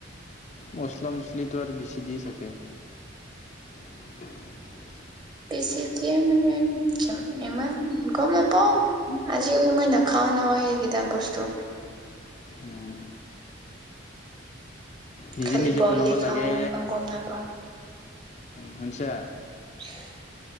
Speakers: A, on the left; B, on the right.
A: মছলা মছলিটো আৰু বেছি দি থাকে। <unintelligible>
B: বেছি দিয়ে মানে ইমান গম নাপাওঁ। আজিকালি মই নাখাও নহয় সেইকেইটা বস্তু।
A: উম, নিজে
B: খালি
A: নিজে
B: বইলে
A: বনাব
B: খাওঁ
A: লাগে
B: ইমান গম নাপাওঁ
A: শুনচা
B: <unintelligible>